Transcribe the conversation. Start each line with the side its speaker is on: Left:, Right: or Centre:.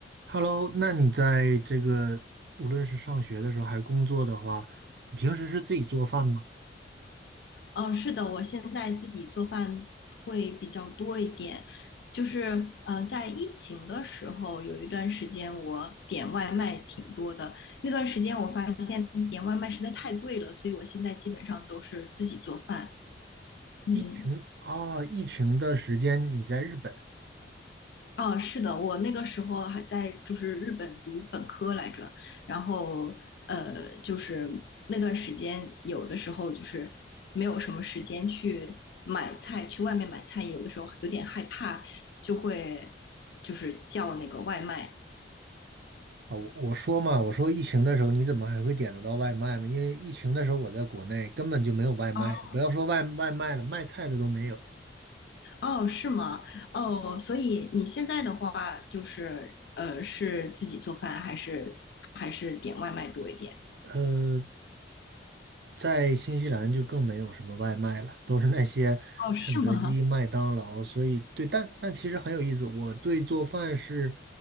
Right: Hello，那你在这个无论是上学的时候还是工作的话，你平时是自己做饭吗？
Left: 嗯，是的，我现在自己做饭会比较多一点。就是，呃，在疫情的时候，有一段时间我点外卖挺多的。那段时间我发现点外卖实在太贵了，所以我现在基本上都是自己做饭。嗯。
Right: 疫情啊，疫情的时间你在日本
Left: 哦，是的，我那个时候还在就是日本读本科来着，然后呃，就是那段时间有的时候就是没有什么时间去买菜，去外面买菜，有的时候有点害怕，就会就是叫那个外卖。
Right: 啊，我我说嘛，我说疫情的时候你怎么还会点得到外卖呢？因为疫情的时候我在国内根本就没有外卖，
Left: 哦，
Right: 不要说外外卖了，卖菜的都没有。
Left: 哦，是吗？哦，所以你现在的话就是呃，是自己做饭还是还是点外卖多一点？
Right: 嗯。在新西兰就更没有什么外卖了，都是那些肯德基、
Left: 哦，是吗？
Right: 麦当劳。所以，对，但但其实很有意思，我对做饭是